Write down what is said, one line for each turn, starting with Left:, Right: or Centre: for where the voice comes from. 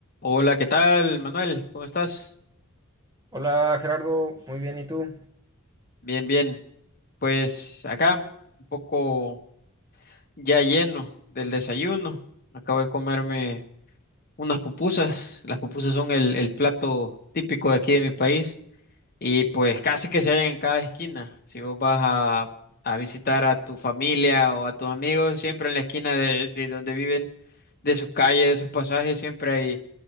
Left: Hola, ¿qué tal, Manuel? ¿Cómo estás?
Right: Hola Gerardo, muy bien, ¿y tú?
Left: Bien, bien. Pues acá, un poco ya lleno del desayuno. Acabo de comerme unas pupusas. Las pupusas son el, el plato típico de aquí de mi país y pues casi que se hallan en cada esquina. Si vos vas a, a visitar a tu familia o a tus amigos, siempre en la esquina de, de donde viven, de su calle, de sus pasajes, siempre hay